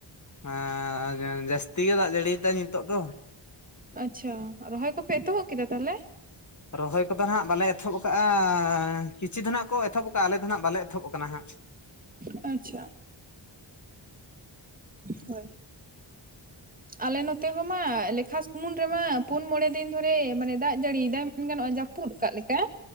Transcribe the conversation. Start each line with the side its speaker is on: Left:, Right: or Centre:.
Left: ᱦᱮᱸ... ᱡᱟᱸ ᱡᱟᱹᱥᱛᱤ ᱜᱮ ᱫᱟᱜ ᱡᱟᱹᱲᱤᱭ ᱫᱟᱭ ᱱᱤᱛᱚᱜ ᱫᱚ
Right: ᱟᱪᱪᱷᱟ ᱨᱚᱦᱚᱭ ᱠᱚᱯᱮ ᱮᱛᱚᱦᱚᱵ ᱠᱮᱫᱟ ᱛᱟᱦᱚᱞᱮ
Left: ᱨᱚᱦᱚᱭ ᱠᱚᱫᱚ ᱦᱟᱸᱜ ᱵᱟᱞᱮ ᱮᱛᱷᱚᱦᱚᱵ ᱠᱟᱜᱼᱟ... ᱠᱤᱪᱷᱤ ᱫᱚ ᱱᱟᱱᱟᱜ ᱠᱚ ᱮᱛᱚᱦᱚᱵ ᱠᱟᱜ-ᱟ ᱟᱞᱮ ᱫᱚ ᱱᱟᱦᱟᱜ ᱵᱟᱞᱮ ᱮᱛᱚᱦᱚᱵ ᱟᱠᱟᱱᱟ ᱦᱟᱜ
Right: ᱟᱪᱪᱷᱟ ᱦᱳᱭ ᱟᱞᱮ ᱱᱚᱛᱮ ᱦᱚᱸᱢᱟ ᱞᱮᱠᱷᱟ ᱥᱩᱢᱩᱱ ᱨᱮᱢᱟ ᱯᱩᱱ ᱢᱚᱬᱮ ᱫᱤᱱ ᱫᱷᱚᱨᱮ ᱢᱟᱱᱮ ᱫᱟᱜ ᱡᱟᱹᱲᱤᱭᱫᱟᱭ ᱢᱮᱱ ᱜᱟᱱᱚᱜ-ᱟ ᱡᱟᱹᱯᱩᱫ ᱟᱠᱟᱫ ᱞᱮᱠᱟ